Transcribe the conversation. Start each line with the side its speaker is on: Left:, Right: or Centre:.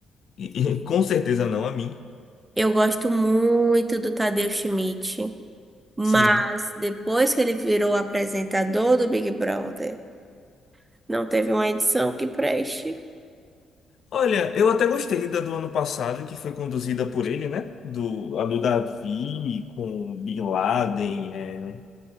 Left: E, e com certeza não a mim.
Right: Eu gosto muito do Tadeu Schmidt. Mas
Left: Sim.
Right: depois que ele virou apresentador do Big Brother, não teve uma edição que preste.
Left: Olha, eu até gostei da do ano passado, que foi conduzida por ele, né? Do, a do Davi com Bin Laden. é.